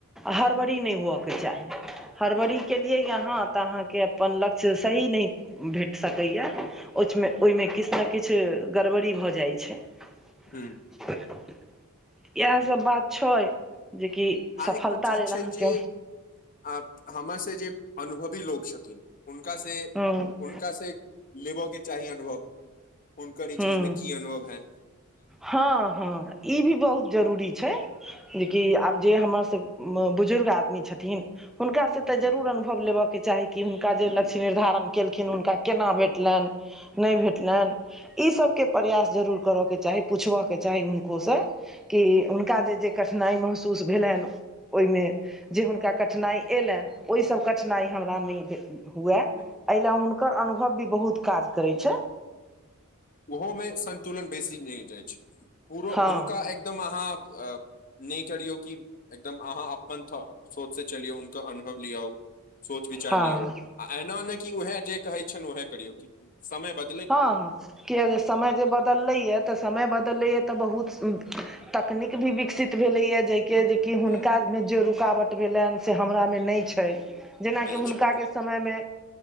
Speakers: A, in the centre; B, on the left.
A: हड़बड़ नै हुअ कऽ चाही हड़बड़ी
B: ह
A: केलियै यहाँ तऽ अहाँकेँ अपन लक्ष्य सही नहि भेट सकैए अच्छ मे
B: ह
A: ओइमे किछ नै किछ गड़बड़ी भऽ जाइ छै
B: हूँ
A: <unintelligible> इहै सब बात छै जेकि
B: आर
A: सफलता
B: एकटो चीज
A: लेल
B: छै
A: अहाँके
B: जे आ हमर से जे अनुभवी लोक छथिन हुनका से
A: <unintelligible>
B: हुनका से लेब केँ चाही अनुभव हुनकर ई
A: हूँ
B: चीज मे की अनुभव है
A: हँ हँ ई भी बहुत जरूरी छै जेकि आब जे हमर सब बुजुर्ग आदमी छथिन हुनका से तऽ
B: ह
A: जरूर अनुभव लेब कऽचाही कि हुनका जे लक्ष्य
B: ह
A: निर्धारण केलखिन हुनका केना भेटलैन नै भेटलैन ई सब केँ प्रयास जरूर कर कऽ चाही पुछबय कऽ चाही हुनको स कि हुनका जे जे कठिनाइ महसूस भेलैन ओरमे जे हुनका कठिनाइ आइलैन ओहिसभ कठिनाइ हमरा नै हुए
B: नहि
A: एइ लए हुनकर अनुभव भी बहुत काज करे छै
B: ओहोमे संन्तुलन बेसी नै जाइ अछि पुरो
A: हँ
B: हुनका एकदम अहाँ नै करियौ कि एकदम अहाँ अपन सोचसँ चलियौ हुनकर अनुभव लिऔ सोच विचार
A: हँ
B: लियौ आ एना नहि कि उएह जे कहै छैन उएह करियौ समय ब
A: हँ हँ किया जे समय जे बदलै यऽ समय बदलेयै तऽ बहुत तकनीक भी बिकसित भेलैय जे केँ जे कि हुनकामे
B: ह ह
A: जे रुकावट भेलैन से हमरामे नहि छै जेनाकि
B: नहि
A: हुनका
B: छै
A: समयमे